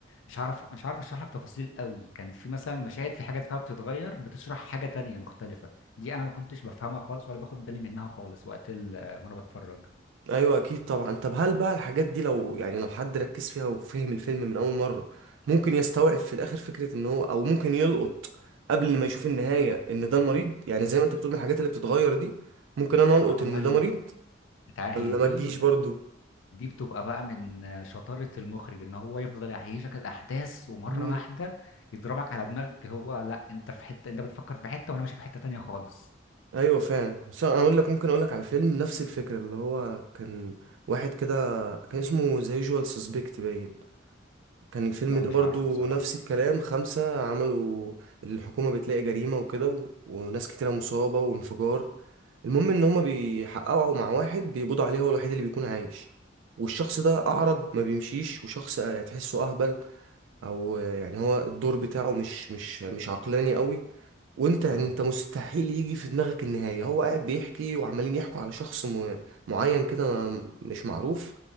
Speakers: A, on the left; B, on the right.
A: مش عارف مش عارف أشرح لك تفاصيل قوي كان في مثلا مشاهد في حاجات فيها بتتغير بتشرح حاجة تانية مختلفة دي أنا ما كنتش بفهمها خالص ولا باخد بالي منها خالص وقت ال- آه، وأنا بتفرج
B: ايوه اكيد طبعا طب هل بقى الحاجات دي لو يعني لو حد ركز فيها وفهم الفيلم من اول مره ممكن يستوعب في الاخر فكره ان هو او ممكن يلقط قبل ما يشوف النهايه ان ده المريض يعني زي ما انت بتقول الحاجات اللي بتتغير دي ممكن انا القط
A: آه والله
B: ان ده مريض
A: أنت عارف
B: ولا
A: هي دي
B: ما تجيش برضو
A: دي بتبقى بقى من شطارة المخرج ان هو يفضل يعيشك الاحداث ومرة
B: مم.
A: واحدة يضربك على دماغك هو لا انت في حتة انت بتفكر في حتة وانا ماشي في حتة تانية خالص
B: ايوه فعلا بس انا اقول لك ممكن اقول لك على فيلم نفس الفكره اللي هو كان واحد كده كان اسمه ذا يوجوال سسبكت باين كان الفيلم
A: لا
B: ده
A: مش
B: برضو
A: عارفه بصراحة
B: نفس الكلام خمسة عملوا الحكومة بتلاقي جريمة وكده و... وناس كتيرة مصابة وانفجار المهم إن هما بيحققوا مع واحد بيقبضوا عليه هو الوحيد اللي بيكون عايش والشخص ده أعرج ما بيمشيش وشخص تحسه أهبل أو يعني هو الدور بتاعه مش مش مش عقلاني قوي وانت يعني
A: اه
B: انت مستحيل يجي في دماغك النهاية هو قاعد بيحكي وعمالين يحكوا على شخص م... معين كده ما- مش معروف